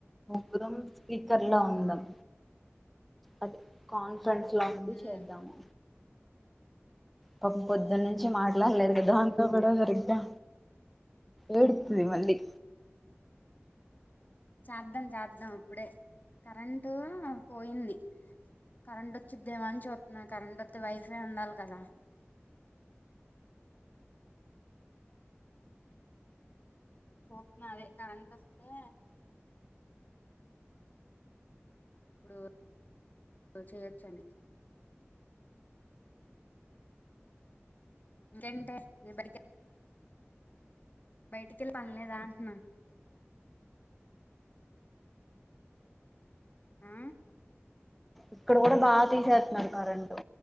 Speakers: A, in the centre; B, on the left (about 40°).
A: <unintelligible> స్పీకర్ లో ఉందం అది కాన్ ఫ్రెండ్స్ లా ఉండి చేదము
B: ఉమ్
A: పాపం పొద్దున్న
B: ఉమ్
A: నుంచి మాట్లాడలేదు కదా దాంతో కూడా సరిగా ఏడుతుది మల్లి
B: చద్దాం చద్దాం ఇప్పుడే కరెంటు పోయింది కరెంట్ వచ్చిద్దేమని చూస్తున్నా కరెంట్ వస్తే వైఫై ఉండాలి కదా పోతున్న అదే కరెంట్ వస్తే ఇప్పుడు చేయొచ్చని ఇంకేంటే ఇ బడిక బయటికి వెళ్ళి పనిలేదా అంటున్నా ఆ
A: ఇక్కడ కూడా బాగా తీసేస్తున్నారు కరెంటు